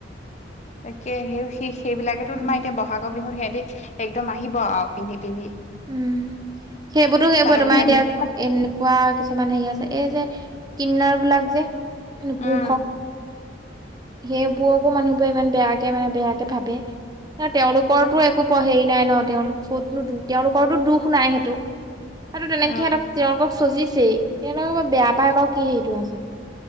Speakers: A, on the left; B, on the right.
A: তাকে সেই- সেইবিলাকেতো
B: উম
A: তোমাৰ এতিয়া বহাগৰ বিহুত সেই একদম আহিব আৰু পিন্ধি-পিন্ধি।
B: উম, সেইবোৰতো সেইবোৰ তোমাৰ
A: মেখেলা
B: এতিয়া
A: পিন্ধি
B: এনেকুৱা কিছুমান হেৰি আছে এই যে, কিন্নাৰ বিলাক যে, নপুংসক,
A: উম
B: সেইবোৰকো মানুহবোৰে ইমান বেয়াকে মানে বেয়াকে ভাবে তেওঁলোকৰতো একো হেৰি নাই ন? তেওঁলো কতনো দোষ, তেওঁলোকৰটোো দোষ নাই সেইটো-সেইটো
A: উম
B: তেনেকে সিহঁতক তেওঁলোকক চজিছেই। সিহঁতক বেয়া পাই
A: উম
B: বাৰু কি হেৰিটো আছে।